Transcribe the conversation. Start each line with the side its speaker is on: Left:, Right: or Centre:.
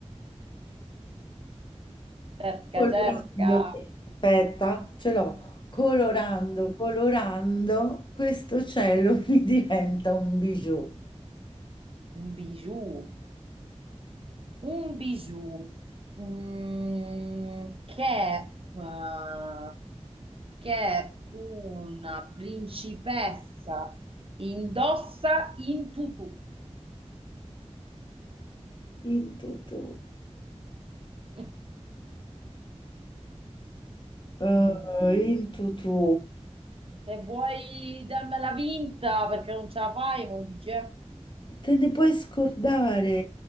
Right: Cerca,
Left: colorando,
Right: cerca.
Left: aspetta, ce l'ho, colorando, colorando, questo cielo <laughs> mi diventa un bijou.
Right: Un bijou. Un bijou mm, che, eh, che una principessa indossa in tutù.
Left: In tutù,
Right: <laughs>
Left: eh,
Right: Mm.
Left: in tutù.
Right: Se vuoi darmela vinta perché non ce la fai, mi dice.
Left: Te ne puoi scordare?